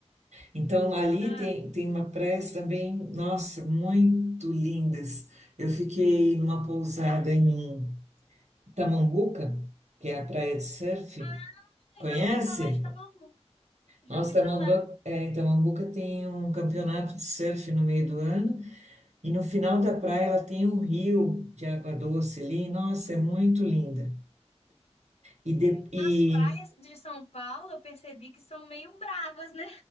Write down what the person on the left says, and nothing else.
Ah,
ah,
já ouvi falar de Tamambuca. Já
ouvi
falar.
As praias de São Paulo, eu percebi que são meio bravas, né?